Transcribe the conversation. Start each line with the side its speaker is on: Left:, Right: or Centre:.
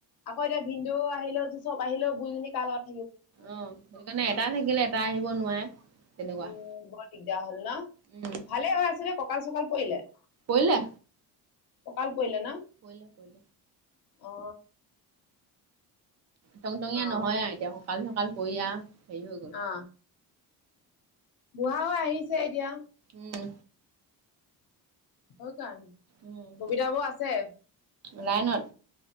Left: আকৌ এতিয়া ভিন্দও আহিলও চব আহিলেও বুইজনী কালত
Right: অ সেইকাৰণে এটা থাকিলে এটা আহিব নোৱাৰে তেনেকুৱা
Left: এ বৰ দিগদাৰ হল ন
Right: উম,
Left: ভালে হৈ আছিলে কঁকাল চকাল পৰিলে
Right: পৰিলে
Left: ককাল পৰিলে ন
Right: পল পল
Left: অ
Right: টং টঙীয়া
Left: অ
Right: নহয় আৰু এতিয়া ককাল চকাল পৰিয়া হেৰি হৈ গল
Left: অ বুঢ়া হৈ আহিছে এতিয়া
Right: উম,
Left: হয় কাৰণ
Right: উম,
Left: ববিতা বৈ আছে
Right: লাইনত